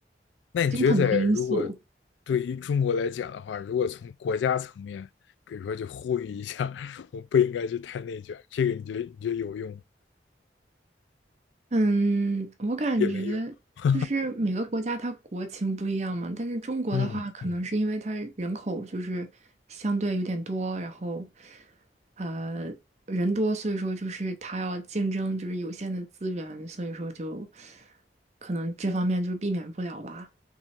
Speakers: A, on the left (about 85°); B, on the right (about 40°).
A: 那你觉得在如果
B: 就有很多因素。
A: 对于中国来讲的话，如果从国家层面，比如说就呼吁一下，<laughs> 我们不应该去太内卷，这个你觉得你觉得有用
B: 嗯，我感觉
A: 也没用？<laughs>
B: 就是每个国家它国情不一样嘛，但是中国的话，
A: 嗯嗯。
B: 可能是因为它人口就是相对有点多，然后呃人多，所以说就是它要竞争就是有限的资源，所以说就可能这方面就避免不了吧。